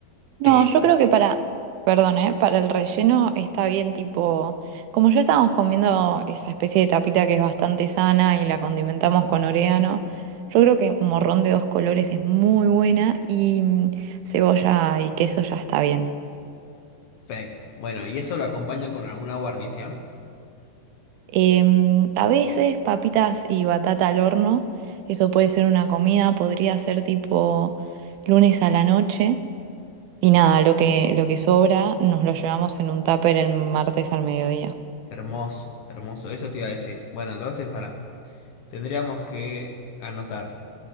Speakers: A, on the right; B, on the left.
A: No,
B: Eh,
A: yo creo que para, perdón, ¿eh? Para el relleno está bien, tipo, como ya estábamos comiendo esa especie de tapita que es bastante sana y la condimentamos con orégano, yo creo que morrón de dos colores es muy buena y mm, cebolla y queso ya está bien.
B: perfecto. Bueno, y eso lo acompañan con alguna guarnición.
A: Em, a veces papitas y batata al horno, eso puede ser una comida, podría ser tipo lunes a la noche y nada, lo que, lo que sobra nos lo llevamos en un tupper el martes al mediodía.
B: Hermoso, hermoso. Eso te iba a decir. Bueno, entonces, para, tendríamos que anotar